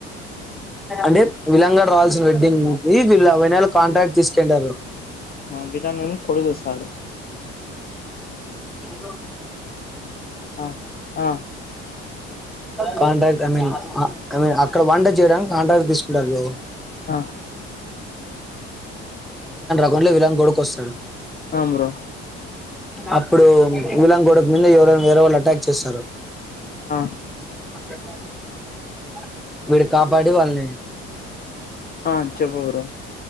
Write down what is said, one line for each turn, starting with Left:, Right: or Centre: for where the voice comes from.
Centre: అంటే విలన్ గాడు రావాల్సిన వెడ్డింగ్ కి వీళ్ళు ఈ నాయల్లు కాంటాక్ట్ తీసుకొంటారు
Left: ఆ విలానీ కొడుదోస్తాడు
Centre: ఇదిగో
Left: ఆ ఆ
Centre: contract I mean I mean అక్కడ వంట చేయడానికి కాంట్రాక్ట్ తీసుకుంటారు బ్రో
Left: ఆ
Centre: <unintelligible> లో విలన్ కోడుకొస్తాడు
Left: ఆహ్ బ్రో
Centre: అప్పుడు విలన్ కొడుకు మీద ఎవరో వేరే వాళ్ళు అటాక్ చేస్తారు
Left: ఆ
Centre: ే విడికాబ్ బడీ వాళ్ళని
Left: ఆ చెప్పు బ్రో